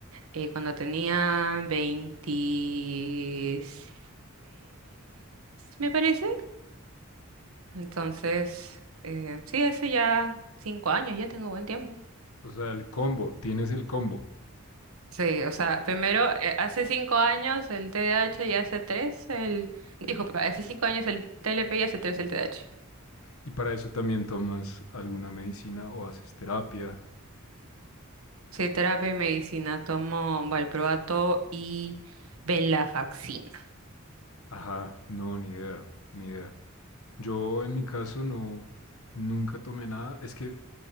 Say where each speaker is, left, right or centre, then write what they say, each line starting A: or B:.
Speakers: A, on the right; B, on the left.
A: eh, cuando tenía 26, me parece. Entonces, eh, sí, hace ya cinco años, ya tengo buen tiempo.
B: O sea, el combo, tienes el combo.
A: Sí, o sea, primero, eh, hace cinco años el TDAH y hace tres el... Dijo, hace cinco años el TLP y hace tres el TDAH.
B: Y para eso también tomas alguna medicina o haces terapia.
A: Soy terapia y medicina, tomo valproato y venlafaxina.
B: Ajá, no, ni idea, ni idea. Yo en mi caso no, nunca tomé nada. Es que